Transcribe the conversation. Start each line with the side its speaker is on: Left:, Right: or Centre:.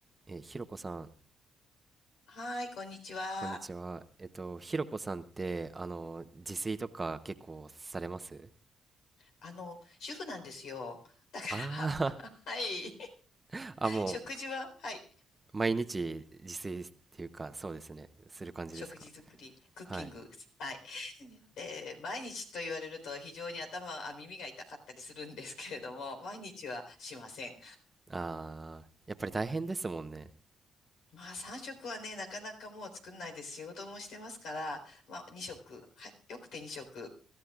Right: えー、ひろこさん、
Left: はーい、こんにちは。
Right: こんにちは。えっと、ひろこさんって、あの、自炊とか結構されます
Left: あの、主婦なんですよ。だか
Right: ああ
Left: ら、<laughs> はい。
Right: ー、<laughs> あ、も
Left: 食事は、はい。
Right: う、毎日自炊っていうか、そうですね。する感じですか。
Left: 食事作り、クッキング、
Right: はい。
Left: はい。えー毎日と言われると非常に頭、あ、耳が痛かったりするんですけれども、毎日はしません。
Right: ああ、やっぱり大変ですもんね。
Left: まあ、3食はね、なかなかもう作んないです。仕事もしてますから、まあ、2食、はい。よくて2食。